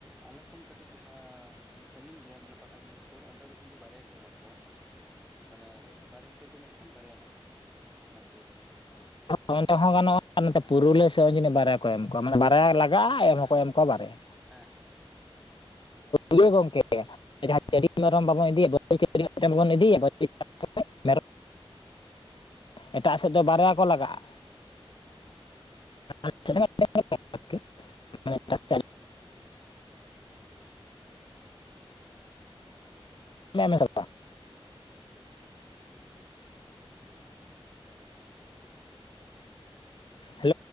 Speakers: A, in the centre; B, on the left (about 55°).
A: ᱟᱞᱮ ᱠᱷᱚᱱ ᱠᱟᱹᱴᱤᱡ ᱡᱟᱦᱟᱸ ᱥᱟᱺᱜᱤᱧ ᱜᱮᱭᱟ, ᱢᱟᱱᱮ ᱯᱟᱴᱟᱵᱤᱸᱫᱟᱹ ᱥᱩᱨ ᱚᱱᱛᱮ ᱫᱚ ᱠᱤᱱᱛᱩ ᱵᱟᱨᱭᱟ ᱠᱚ ᱮᱢᱟ ᱠᱚᱣᱟ᱾
B: ᱦ <unintelligible>
A: ᱢᱟᱱᱮ ᱵᱟᱨᱮ ᱤᱛᱟᱹ ᱫᱚ ᱢᱮᱱᱠᱷᱟᱱ ᱵᱟᱨᱭᱟ ᱞᱟᱜᱟᱜᱼᱟ ᱟᱪᱪᱷᱟ ᱟᱪᱪᱷᱟ᱾
B: ᱦᱚᱸ ᱜᱟᱱᱚᱜᱼᱟ ᱱᱚᱛᱮ ᱯᱩᱨᱩᱞᱤᱭᱟᱹ ᱥᱮᱚᱱ ᱡᱤᱱᱤ ᱵᱟᱨᱭᱟ ᱠᱚ ᱮᱢ ᱠᱚᱣᱟ ᱢᱟᱱᱮᱟᱨᱭᱟ
A: ᱦᱮᱸ ᱦᱮᱸ
B: ᱞᱟᱜᱟᱜᱼᱟ ᱮᱢ ᱦᱚᱸᱠᱚ ᱮᱢ ᱠᱚᱣᱟ <unintelligible> ᱠᱚ ᱵᱟᱨᱮᱭᱟ
A: ᱦᱮᱸ
B: ᱤᱭᱟᱹ ᱜᱚᱢᱠᱮ ᱡᱟᱦᱟᱸ <unintelligible> ᱪᱟᱹᱰᱤ ᱢᱮᱨᱚᱢ ᱵᱟᱵᱚᱱ ᱤᱫᱤᱭᱟ ᱵᱟᱹᱨ ᱢᱮᱚᱢ ᱵᱟᱵᱚᱱ ᱤᱫᱤᱭᱟ <unintelligible> <unintelligible> ᱢᱮᱨᱚᱢ ᱮᱴᱟᱜ ᱥᱮᱫ ᱫᱚ ᱵᱟᱨᱭᱟ ᱠᱚ ᱞᱟᱜᱟᱜᱼᱟ <unintelligible> <unintelligible> ᱦᱮᱞᱳ